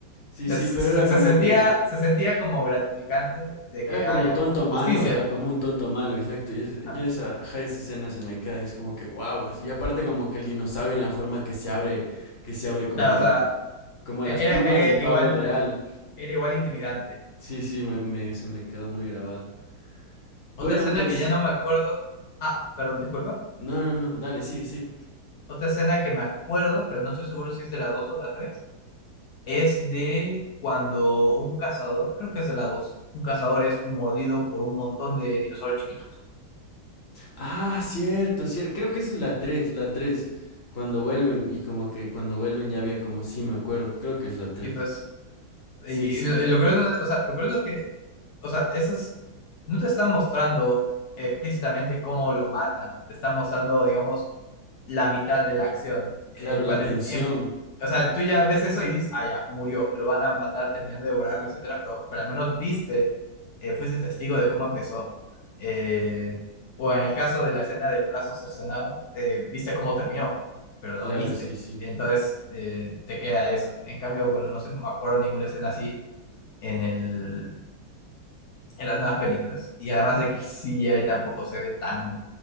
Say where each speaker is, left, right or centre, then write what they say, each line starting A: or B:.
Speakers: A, on the left; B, on the left.
A: sí,
B: De-
A: sí,
B: Se,
A: pero
B: se-
A: era
B: se
A: como
B: sentía,
A: que...
B: se sentía como gratificante de
A: Era
B: que
A: como
B: haya
A: tonto
B: ju-
A: malo,
B: justicia.
A: ajá, como un tonto malo, exacto. Y es-
B: Ajá.
A: yo esa, ajá, esa escena se me queda y es como que wow, así. Y aparte como que el dinosaurio en la forma que se abre, que se abre como
B: Claro, o
A: el,
B: sea,
A: como
B: e-
A: las
B: era,
A: plumas
B: era
A: del
B: igual,
A: pavo real.
B: era igual intimidante.
A: Sí, sí, me, me- se me quedó muy grabada. Bueno,
B: Otra escena
A: pues,
B: que ya no me acuerdo. Ah, perdón, disculpa.
A: no, no, no, dale, sí, sí.
B: Otra escena que me acuerdo, pero no estoy seguro si es de las dos o las tres. es de cuando un cazador, creo que es de la dos un cazador es mordido por un montón de dinosaurios chiquitos.
A: Ah, cierto, cierto. Creo que esa es la 3, la 3. Cuando vuelven y como que cuando vuelven ya había como, sí, me acuerdo. Creo que es la 3.
B: Y pues,
A: Sí,
B: y
A: sí.
B: lo, y lo curioso, es- o sea, lo curioso es que, o sea, esas no te están mostrando explícitamente cómo lo matan, te están mostrando, digamos, la mitad de la acción. En-
A: Claro,
B: cuando
A: la tensión.
B: em- em- o sea, tú ya ves eso y dices, ah, ya, murió, lo van a matar terminando de devorarlo, etcétera, pero, pero al menos viste eh, fuiste testigo de cómo empezó. Eh, o en el caso de la escena del brazo cercenado, eh, viste cómo terminó, pero
A: Claro,
B: lo viste.
A: sí, sí.
B: Entonces eh, te queda eso. En cambio, bueno, no sé, no me acuerdo ninguna escena así en el, en las nuevas películas. Y además de que el CGI tampoco se ve tan,